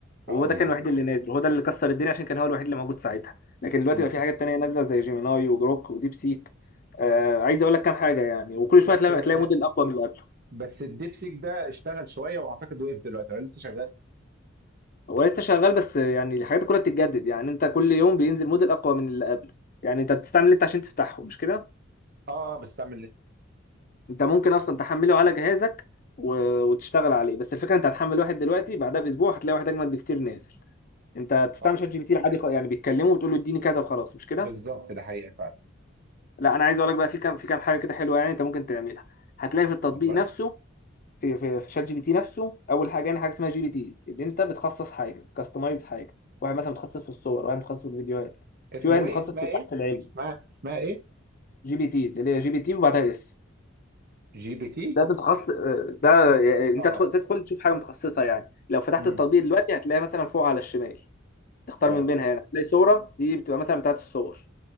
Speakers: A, on the left (about 45°); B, on the right (about 50°).
A: وهو
B: اه
A: ده
B: بالظبط
A: كان الوحيد
B: ده
A: اللي
B: حقيقي
A: نازل هو ده اللي كسر الدنيا عشان كان هو الوحيد اللي موجود ساعتها لكن دلوقتي
B: مم.
A: بقى في حاجات تانية نازله زي جيميناي وجروك وديب سيك آه عايز اقول لك كام حاجه يعني وكل شويه
B: بس
A: تلاقي
B: آه،
A: تلاقي موديل اقوى من اللي قبله
B: بس الديبسيك ده اشتغل شويه واعتقد وقف دلوقتي ولا لسه شغال
A: هو لسه شغال بس يعني الحاجات دي كلها بتتجدد يعني انت كل يوم بينزل موديل اقوى من اللي قبله يعني انت بتستعمل اللي انت عشان تفتحه مش كده
B: اه بستعمل
A: انت ممكن اصلا تحمله على جهازك و... وتشتغل عليه بس الفكره انت هتحمل واحد دلوقتي بعدها باسبوع هتلاقي واحد اجمد بكتير نازل انت بتستعمل
B: اه
A: شات جي بي تي العادي خ- يعني بتكلمه وتقول له اديني كذا وخلاص مش كده
B: بالظبط ده حقيقه فعلا
A: لا انا عايز اقول لك بقى في كام في كام حاجه كده حلوه يعني انت ممكن تعملها هتلاقي في التطبيق
B: والله
A: نفسه في في, في شات جي بي تي نفسه اول حاجه يعني حاجه اسمها جي بي تي اللي انت بتخصص حاجه كاستمايز حاجه واحد مثلا متخصص في الصور واحد متخصص في الفيديوهات
B: اسمه
A: في واحد متخصص
B: ايه اسمها
A: في البحث
B: ايه
A: العلمي
B: اسمها اسمها ايه
A: جي بي تيز اللي هي جي بي تي وبعدها اس
B: جي بي تي
A: ده متخصص آه، ده يعني انت
B: اه
A: تدخل تدخل تشوف حاجه متخصصه يعني لو فتحت
B: امم
A: التطبيق دلوقتي هتلاقي مثلا فوق على الشمال تختار
B: اه
A: من بينها هنا هتلاقي صوره دي بتبقى مثلا بتاعت الصور